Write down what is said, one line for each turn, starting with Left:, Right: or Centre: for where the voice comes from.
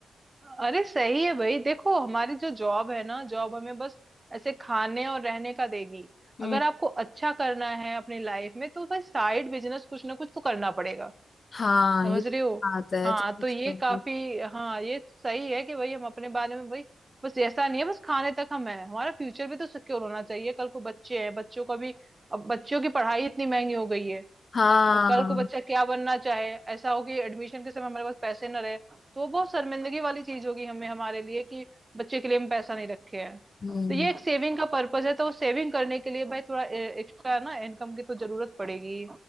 Right: अरे सही है भाई देखो हमारी जो जॉब है ना जॉब हमें बस ऐसे खाने और रहने का देगी
Left: हम्म,
Right: अगर आपको अच्छा करना है अपनी लाइफ में तो भाई साइड बिजनेस कुछ ना कुछ तो करना पड़ेगा
Left: हाँ
Right: समझ
Left: ये
Right: रहे हो
Left: बात है
Right: हाँ
Left: तो
Right: तो ये काफी हाँ ये सही है कि भाई हम अपने बारे में भाई बस ऐसा नहीं है बस खाने तक हम है हमारा फ्यूचर भी तो सिक्योर होना चाहिए कल को बच्चे हैं बच्चों का भी अब बच्चों की पढ़ाई इतनी महंगी हो गई है
Left: हाँ
Right: और कल को बच्चा क्या बनना चाहे ऐसा हो कि एडमिशन के समय हमारे पास पैसे ना रहे तो वो बहुत शर्मिंदगी वाली चीज होगी हमें हमारे लिए कि बच्चे के लिए हम पैसा नहीं रखे हैं
Left: हम्म
Right: तो ये एक सेविंग का पर्पज है तो सेविंग करने के लिए भाई थोड़ा एक्स्ट्रा ना इनकम की तो जरूरत पड़ेगी